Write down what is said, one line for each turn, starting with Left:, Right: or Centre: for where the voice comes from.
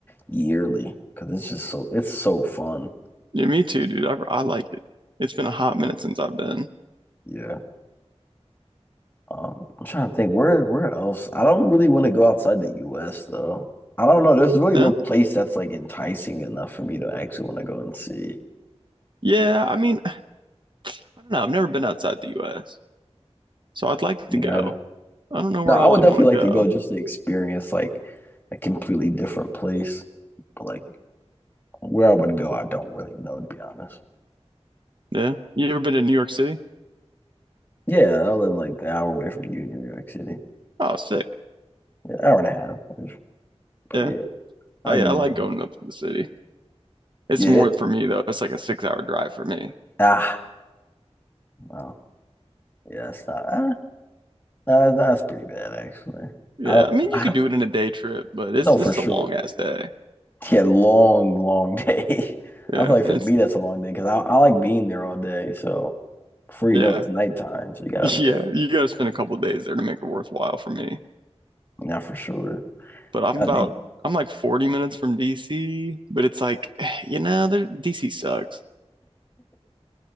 Left: yearly because it's just so it's so fun.
Right: Yeah, me too, dude. I, I like it. It's been a hot minute since I've been.
Left: Yeah. Um, I'm trying to think where where else. I don't really want to go outside the US though. I don't know. There's
Right: No?
Left: really no place that's like enticing enough for me to actually want to go and see.
Right: Yeah, I mean, I don't know. I've never been outside the US, so I'd like
Left: Me
Right: to go.
Left: either.
Right: I don't know
Left: No,
Right: where
Left: I
Right: all
Left: would
Right: I'd
Left: definitely
Right: want to go.
Left: like to go just to experience like a completely different place. But like where I would go, I don't really know to be honest.
Right: Yeah. You ever been to New York City?
Left: Yeah, I live like an hour away from you in New York City.
Right: Oh, sick.
Left: Yeah, hour and a half. But
Right: Yeah.
Left: yeah, I've
Right: I
Left: been
Right: I like
Left: here.
Right: going up to the city. It's
Left: Yeah.
Right: more for me though. It's like a six hour drive for me.
Left: Ah, no. Yeah, that's not ah, that, that's pretty bad actually.
Right: Yeah,
Left: I don't
Right: I mean
Left: I
Right: you could do it in a day trip, but it's
Left: No, for
Right: it's
Left: sure.
Right: a long ass
Left: <laughs>
Right: day.
Left: Yeah, long, long day. <laughs>
Right: Yeah,
Left: I feel like for
Right: it's
Left: me that's a long day because I, I like being there all day. So before
Right: yeah.
Left: you know it, it's nighttime,
Right: <laughs>
Left: so you gotta
Right: Yeah,
Left: dip.
Right: you gotta spend a couple days there to make it worthwhile for me.
Left: Yeah, for sure.
Right: But I'm
Left: Yeah,
Right: about
Left: they,
Right: I'm like 40 minutes from DC, but it's like, <sighs> you know, there, DC sucks.